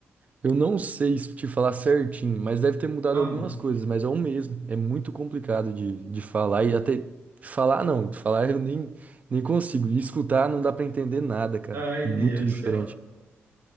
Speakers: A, on the right (about 35°); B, on the right (about 55°).
A: eu não sei se te falar certinho, mas deve ter mudado
B: Ah,
A: algumas coisas, mas é o mesmo. É muito complicado de, de falar e até falar não, falar eu nem, nem consigo. E escutar não dá pra entender nada, cara.
B: ai,
A: Muito
B: Deus
A: diferente.
B: do céu.